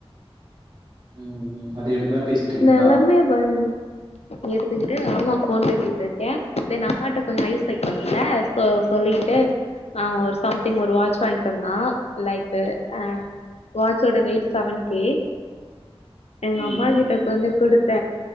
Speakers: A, on the right; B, on the left.
A: ம் ம் அது எடுத்துதா பேசிட்டு இருக்கீங்களா
B: நெலமைய பாரு எடுத்துகிட்டு ஆமா போன் பேசிட்ருக்கே தென் அம்மாட்ட கொஞ்சோ ஐஸ் வெக்கணுல சோ சொல்லிட்டு நா ஒரு சம்திங் ஒரு வாட்ச் வாய்ந்தந்தா லைக்கு அ வாட்ச்சோட ரேட் செவன் கே எங்க
A: ம்
B: அம்மா கிட்ட கொண்டு குடுத்த